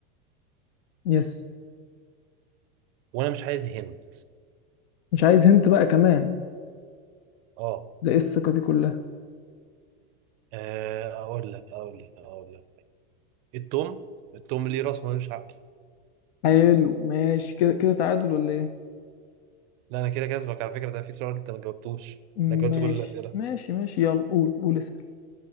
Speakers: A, on the left; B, on the right.
A: يس
B: وأنا مش عايز هند
A: مش عايز هنت بقى كمان
B: اه
A: ده إيه الثقة دي كلها
B: آه، أقول لك أقول لك أقول لك التوم التوم ليه راس ملوش عقل
A: حلو ماشي كده كده تعادل ولا إيه
B: لا أنا كده كسبك على فكرة ده في سؤال أنت ما جاوبتوش
A: ماشي
B: أنا جاوبت كل الأسئلة
A: ماشي ماشي يلا قول قول اسأل